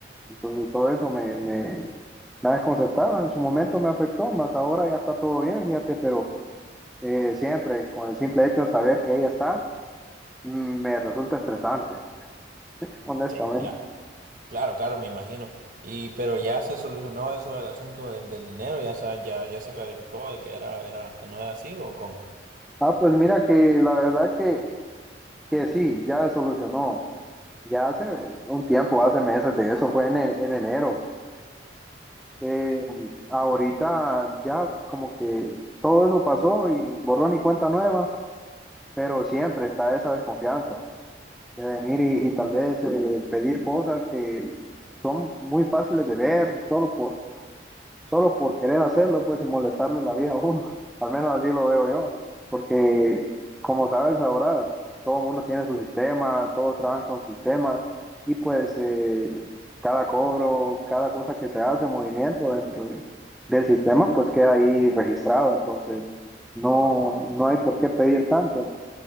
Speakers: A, in the centre; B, on the right (about 50°).
A: Entonces todo eso me, me, me desconcertaba, en su momento me afectó, más ahora ya está todo bien, fíjate, pero eh, siempre con el simple hecho de saber que ella está, mm, me resulta estresante, <laughs> honestamente.
B: Sí, claro. Claro, claro, me imagino. Y pero ya se solucionó eso del asunto del, del dinero, ya sa- ya ya se clarificó de que era era que no era así o cómo.
A: Ah, pues mira que la verdad que, que sí, ya se solucionó, ya hace un tiempo, hace meses de eso, fue en, en en enero. Eh, ahorita ya como que todo eso pasó y borrón y cuenta nueva, pero siempre está esa desconfianza. de venir y, y tal vez eh, pedir cosas que son muy fáciles de ver solo por, solo por querer hacerlo, pues, y molestarle la vida a uno. <laughs> Al menos así lo veo yo, porque como sabes ahora, todo el mundo tiene su sistema, todos trabajan con su sistema, y pues eh, cada cobro, cada cosa que se hace, movimiento dentro de- del sistema, pues queda ahí registrado, entonces no, no hay por qué pedir tanto